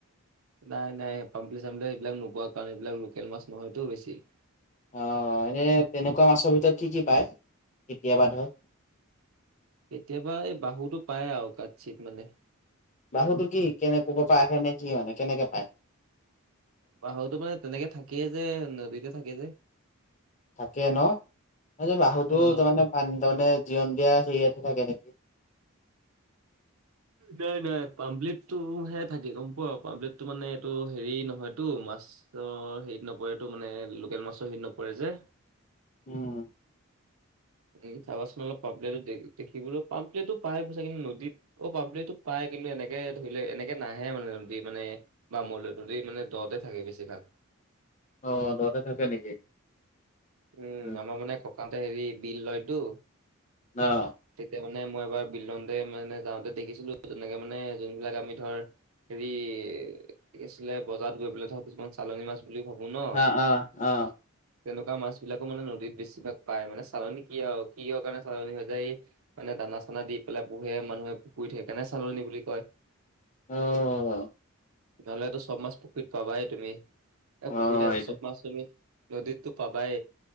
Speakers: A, on the right; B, on the left.
A: নাই নাই পাম্পলি চামলি এইবিলাক নোপোৱা কাৰণ এইবিলাক লোকেল মাছ নহয়তো বেছি
B: অ', এনেই তেনেকুৱা মাছৰ ভিতৰত কি কি পায়। কেতিয়াবা ধৰ
A: কেতিয়াবা এই বাহুতটো পায় আৰু কাঠ চিত মানে
B: বাহুটো কি কেনে ক'ব পৰা আহে নে কি মানে কেনেকে পায়।
A: বাহুটো মানে তেনেকে থাকেই যে নদীতে থাকে যে।
B: থাকে ন, বাহুতো
A: অ',
B: তাৰমানে, তাৰমানে জীয়ন দিয়া হেৰিয়াতহে থাকে নেকি?
A: নাই, নাই! পামপ্লেটটোহে থাকে গম পোৱা, পামপ্লেট টো মানে এইটো হেৰি নহয়তো মাছ অ', হেৰিত নপৰেতটো মানে লোকেল মাছৰ হেত নপৰে যে।
B: উম
A: উম, চাবাচোন অলপ পাম্প্লেটো দে দেখিবলৈ পাম্প্লেটো পাই পইচা কিন্তু নদীত অ' পামপ্লেটটো পায়, কিন্তু এনেকে ধৰিলে এনেকে নাহে মানে নদী মানে বামলেটো যদি মানে দতে থাকে বেছি ভাগ
B: অ', দ'তে থাকে নেকি?
A: উম,
B: অ',
A: আমাৰ মানে ককাহঁতে হেৰি বিল লয়তো।
B: অ'
A: তেতিয়া মানে মই এবাৰ বিল লওঁতে মানে যাওঁতে দেখিছিলোঁ। তেনেকে মানে যোনবিলাক আমি ধৰ হেৰি কি আছিলে বজাৰত গৈ পেলে ধৰ‌ কিছুমান চালনী মাছ বুলি ভাবোঁ ন।
B: অ', অ'।
A: তেনেকুৱা মাছ বিলাকো মানে নদীত বেছিভাগ পায় মানে চালন কি আউ কি অ কাৰণে চালনী হৈ যায় এই মানে দানা চানা দি পেলাই পোহে মানুহে পুখুৰীত সেই কাৰণে চালনী বুলি কয়!
B: অ'
A: নহ'লেতো চব মাছ পুখুইত পাবাই তুমি এ
B: অ',
A: পুখুইতে আছে
B: এইটো
A: চব মাছ তুমি নদীতটো পাবাই